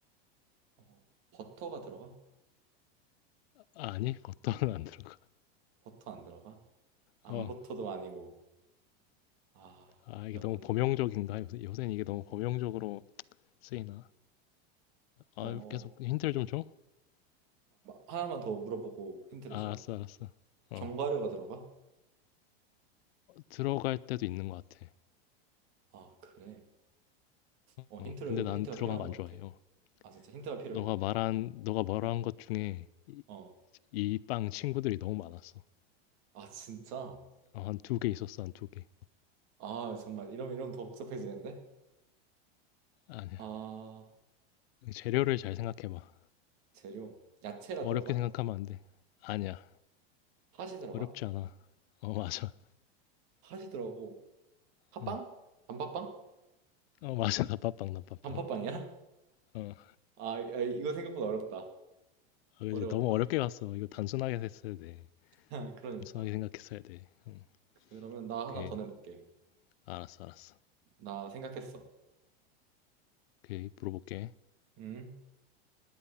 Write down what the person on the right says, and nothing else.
어, 버터가 들어가?
버터 안 들어가? 앙버터도
아니고 아
이러면은
어어아
하나만 더 물어보고 힌트를
주라.
견과류가 들어가?
아 그래. 어
힌트를
힌트가
필요한
것
같아.
아 진짜 힌트가 필요해.
어
어.
아 진짜?
아 정말 이러면 이러면 더 복잡해지는데?
아
재료 야채가
들어가?
팥이 들어가?
팥이 들어가고 팥빵?
단팥빵?
단팥빵이야?
아, 아, 이거 생각보다 어렵다.
어려웠다.
<laughs> 그러니까.
그러면 나
하나 더 내볼게.
나 생각했어.
음,